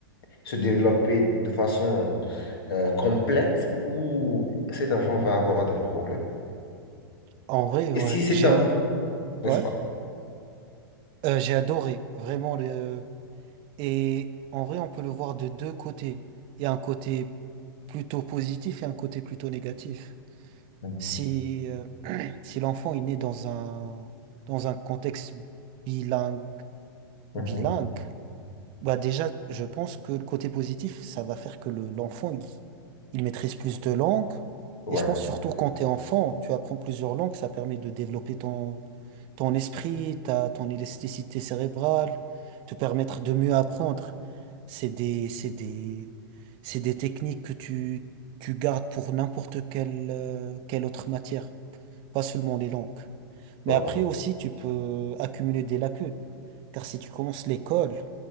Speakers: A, on the left; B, on the right.
A: se développer de façon euh, complète ou cet enfant va avoir des problèmes?
B: En vrai, ouais,
A: Et si c'est
B: j'ai,
A: un...
B: ouais,
A: N'est-ce pas?
B: euh, j'ai adoré, vraiment. Le... Et en vrai, on peut le voir de deux côtés. Il y a un côté plutôt positif et un côté plutôt négatif.
A: Mhm.
B: Si, euh, si l'enfant est né dans un, dans un contexte bilingue,
A: Mhm.
B: Bilingue. Bah déjà, je pense que le côté positif, ça va faire que le- l'enfant, il, il maîtrise plus de langues.
A: Ouais,
B: Et je pense surtout quand tu es enfant, tu apprends plusieurs langues, ça permet de développer ton, ton esprit, ta, ton élasticité cérébrale, te permettre de mieux apprendre. C'est des, c'est des, c'est des techniques que tu, tu gardes pour n'importe quelle, euh, quelle autre matière, pas seulement les langues. Mais
A: ouais.
B: après aussi, tu peux accumuler des lacunes. Car si tu commences l'école,